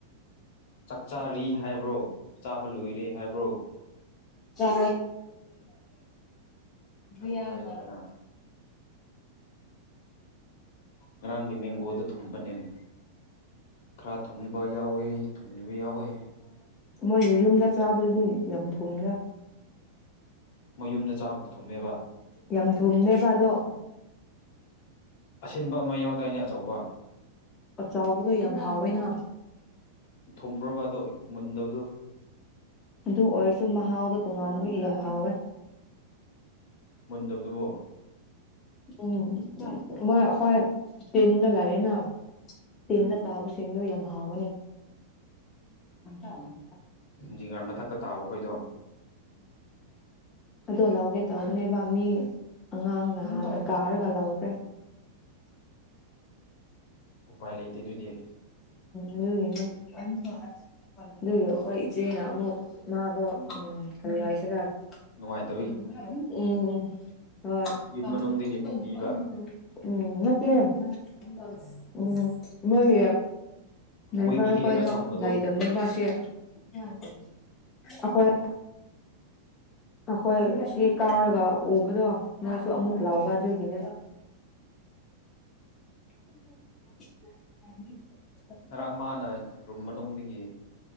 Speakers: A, on the left (about 60°); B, on the left (about 30°).
A: ꯆꯥꯛ ꯆꯥꯔꯤ ꯍꯥꯏꯕ꯭ꯔꯣ ꯆꯥꯕ ꯂꯣꯏꯔꯦ ꯍꯥꯏꯕ꯭ꯔꯣ
B: ꯆ
A: ꯑꯗꯨ
B: ꯌꯥ
A: ꯍꯥꯏꯌꯣꯗꯅ
B: <unintelligible> <inaudible>
A: ꯉꯔꯥꯡꯒꯤ ꯃꯦꯡꯒꯣꯗ ꯊꯨꯝꯕꯅꯦꯅꯦ ꯈꯔ ꯊꯨꯝꯕ ꯌꯥꯎꯋꯦ ꯊꯨꯝꯗꯕ ꯌꯥꯎꯋꯦ
B: ꯃꯣꯏꯁꯨ ꯌꯨꯝꯗ ꯆꯥꯕꯗꯗꯤ ꯌꯥꯝ ꯊꯨꯝꯅ
A: ꯃꯣꯏ ꯌꯨꯝꯗ ꯆꯥꯕꯗꯨ ꯊꯨꯝꯃꯦꯕ
B: ꯌꯥꯝ ꯊꯨꯝꯅꯦꯕ ꯑꯗꯣ
A: ꯑꯁꯤꯟꯕ ꯑꯃ ꯌꯥꯎꯗꯥꯏꯅꯦ ꯑꯆꯧꯕ
B: ꯆꯥꯎꯕꯗꯣ ꯌꯥꯝ ꯍꯥꯎꯋꯦꯅ
A: ꯊꯨꯝꯕ꯭ꯔꯣꯕꯗꯣ ꯃꯨꯟꯗꯕꯗꯣ
B: ꯑꯗꯨ ꯑꯣꯏꯔꯁꯨ ꯃꯍꯥꯎꯗꯣ ꯇꯣꯉꯥꯟꯕꯒꯤ ꯌꯥꯝ ꯍꯥꯎꯋꯦ
A: ꯃꯨꯟꯗꯕꯗꯨꯕꯣ
B: ꯎꯝ ꯃꯣꯏ ꯑꯩꯈꯣꯏ ꯇꯦꯟꯅ ꯂꯑꯦꯅ
A: ꯎꯝ
B: ꯇꯤꯟꯅ ꯇꯥꯕꯁꯤꯡꯗꯣ ꯌꯥꯝ ꯍꯥꯎꯒꯅꯤ ꯎꯇ <unintelligible> <inaudible>
A: ꯤꯡꯒꯔ ꯃꯊꯛꯇ ꯇꯥꯕ ꯑꯩꯈꯣꯏꯗꯣ
B: ꯑꯣ ꯂꯧꯒꯦ ꯇꯧꯕꯅꯦꯕ ꯃꯤ ꯑꯉꯥꯡ ꯅꯍꯥꯟꯅ ꯀꯥꯔꯒ ꯂꯧꯈ꯭ꯔꯦ
A: ꯎꯄꯥꯏ ꯂꯩꯇꯦ ꯑꯗꯨꯗꯤ
B: ꯑꯗꯨ ꯑꯗꯨꯏꯒꯤ ꯑꯩꯈꯣꯏ ꯏꯆꯦꯅ ꯑꯃꯨꯛ ꯃꯥꯗꯣ ꯎꯝ ꯀꯔꯤ ꯍꯥꯏꯁꯤꯔꯦ
A: ꯅꯨꯡꯉꯥꯏꯗ
B: ꯎꯝ ꯎꯝ ꯍꯣꯏ
A: ꯌꯨꯝ ꯃꯅꯨꯡꯗꯒꯤ ꯑꯃꯨꯛ
B: ꯎꯝ
A: ꯄꯤꯕ
B: ꯅ <unintelligible> ꯎꯝ ꯃꯣꯏꯒꯤ
A: ꯃꯣꯏꯒꯤ
B: ꯏꯕꯔ
A: ꯍꯦꯛꯑꯒ
B: ꯍꯣꯏꯗꯣ
A: ꯊꯝꯕꯗꯣ
B: ꯂꯥꯏꯔꯤꯛꯇꯝ ꯂꯩꯕꯁꯦ ꯑꯩꯈꯣꯏ ꯑꯩꯈꯣꯏ ꯁꯤ ꯀꯥꯔꯒ ꯎꯕꯗꯣ ꯉꯅꯥꯁꯨ ꯑꯃꯨꯛ ꯂꯥꯛꯑꯣꯕ ꯑꯗꯨꯣꯏꯒꯤꯅꯦ <unintelligible>
A: ꯉꯔꯥꯡ ꯃꯥꯅ ꯔꯨꯝ ꯃꯅꯨꯡꯗꯒꯤꯒꯤ